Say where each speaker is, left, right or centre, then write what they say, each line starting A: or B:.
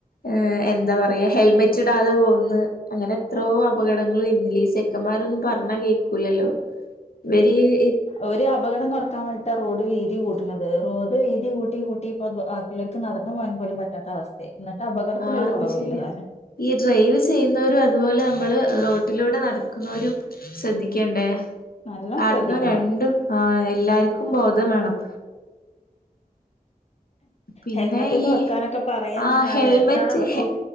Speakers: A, on the left (about 80°); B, on the left (about 45°).
A: ഏഹ് എന്താ പറയാ ഹെൽമെറ്റ് ഇടാതെ പോകുന്ന് അങ്ങനെ എത്രോ അപകടങ്ങള് വരുന്നില്ലേ ഈ സെ ചെക്കമ്മാരൊന്നും പറഞ്ഞാ കേൾക്കൂലല്ലോ? ഇവര് ഈ
B: ഓര് അപകടം കൊറക്കാൻ വേണ്ടിട്ടാ റോഡ് വീതി കൂട്ട്ണത്. റോഡ് വീതി കൂട്ടി കൂട്ടി ഇപ്പോ ആഹ് പിള്ളേർക്ക് നടന്നു പോകൻ പോലും പറ്റാത്ത അവസ്ഥയി. ഇന്നിട്ട് അപകടത്തിനൊരു
A: ആഹ് അത്
B: കൊറവൂല്ല
A: ശരിയാ
B: താനും.
A: ഈ ഡ്രൈവ് ചെയ്യുന്നവരും അതുപോലെ നമ്മള് റോട്ടിലൂടെ നടക്കുന്നവരും ശ്രദ്ധിക്കേണ്ടേ?
B: നല്ലോം
A: കാര്ണം
B: ശ്രദ്ധിക്കണം
A: രണ്ടും ആഹ് എല്ലാര്ക്കും ബോധം വേണം. പിന്നെ
B: ഹെൽമെറ്റ് ഒക്കെ
A: ഈ
B: വെക്കാനൊക്കെ പറയാന്നല്ലാതെ
A: ആഹ് ഹെൽമെറ്റ്
B: എത്ര ആള് വെക്കും
A: ഹെ